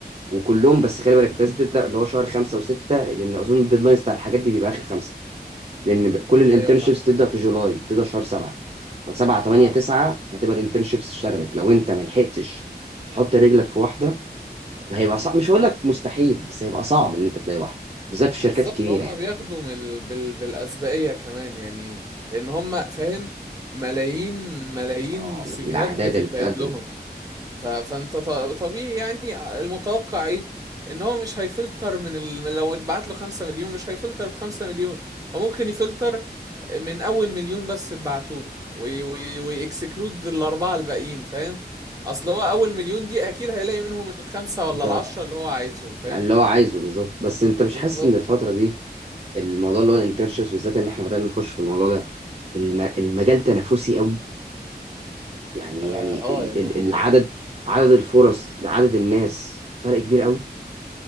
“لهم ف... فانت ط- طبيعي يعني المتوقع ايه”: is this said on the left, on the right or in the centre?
Right